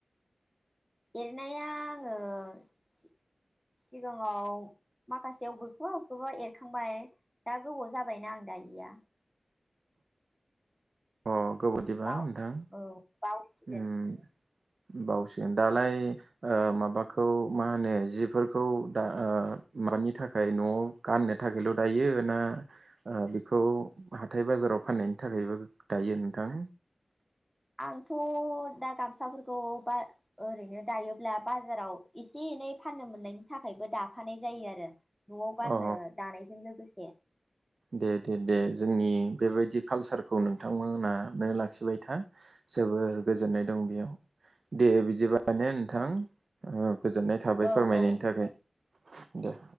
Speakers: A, in the centre; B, on the right.
A: एरनाया आङो सि-सिगाङाव माखासेयाव अबेखौबा अबेखौबा एरखांबाय दा गोबाव जाबायना आं दायिया।
B: अ गोबावदिबा
A: बाव
B: नोंथां।
A: औ बावसिगोन।
B: उम बावसिगोन दालाय ओ माबाखौ मा होनो जिफोरखौ दा ओ मानि थाखाय नआव गाननो थाखायल दायो ना ओ बेखौ हाथाय बाजाराव फाननायनि थाखायबो दायो नोंथां?
A: आंथ दा गामसाफोरखौ बा ओरैनो दायोब्ला बाजाराव एसे एनै फाननो मोननायनि थाखायबो दाफानाय जायो आरो। नआव गाननो
B: अ
A: दानायजों लोगोसे।
B: दे दे दे जोंनि बेबायदि कालसारखौ नोंथांमोना नो लाखिबाय था जोबोर गोजोननाय दं बेयाव। दे बि दिबा ने नोंथां। औ गोजोननाय थाबाय
A: औ
B: फोरमायनायनि
A: औ
B: थाखाय। दे।